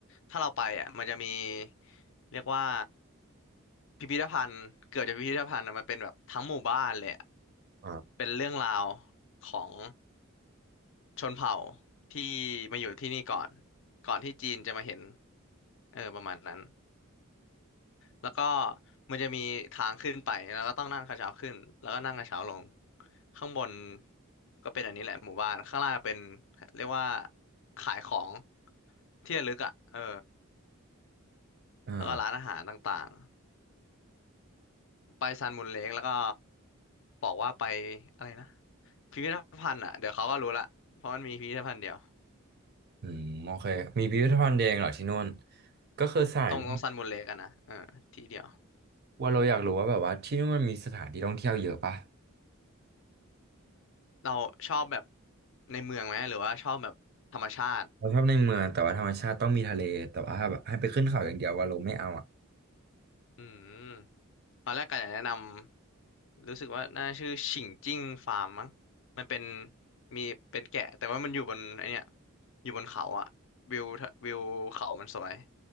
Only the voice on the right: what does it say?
อ
่า
อืมโอเคมีพิพิธภัณฑ์แดงเหรอที่นู่นก็คือสถาน
ว่าเราอยากรู้ว่าแบบว่าที่นู่นมันมีสถานที่ท่องเที่ยวเยอะปะ
เราชอบในเมืองแต่ว่าธรรมชาติต้องมีทะเลแต่ว่าถ้าแบบให้ไปขึ้นเขาอย่างเดียวว่าเราไม่เอาอ่ะ